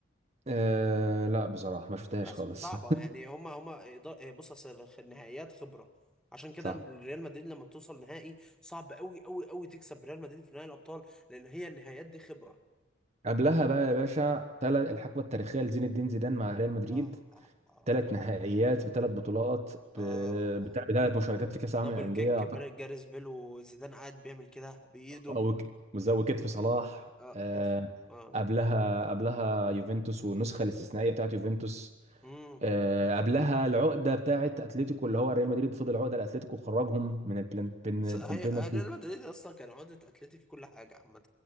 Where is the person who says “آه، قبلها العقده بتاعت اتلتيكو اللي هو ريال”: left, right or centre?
Right